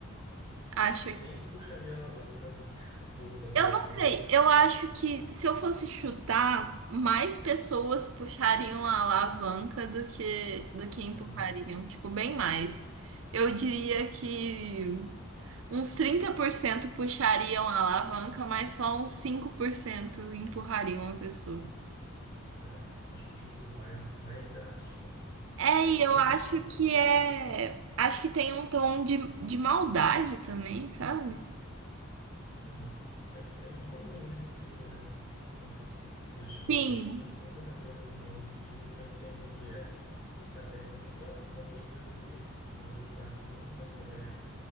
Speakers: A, on the right (about 60°); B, on the left (about 40°).
A: acho
B: E nem
A: que
B: puxaria a alavanca também, <laughs> voltando
A: Eu
B: já
A: não
B: para
A: sei,
B: o outro.
A: eu acho que se eu fosse chutar, mais pessoas puxariam a alavanca do que do que empurrariam,
B: Uhum.
A: tipo, bem mais. Eu diria que uns 30% puxariam a alavanca, mas só uns 5% empurrariam a pessoa.
B: É, acho que o de empurrar é mais drástico, né?
A: É,
B: Mas
A: e eu
B: esses,
A: acho
B: esses
A: que
B: temas.
A: é, acho que tem um tom de, de maldade também, sabe?
B: Uhum. Mas é muito comum isso em filme, né? Eu não sei se você já chegou
A: Sim,
B: a ver. Tem, um- eu não lembro o nome do filme, mas tem um que é: você aperta um botão, alguém vai morrer em algum lugar do mundo, mas você vai ganhar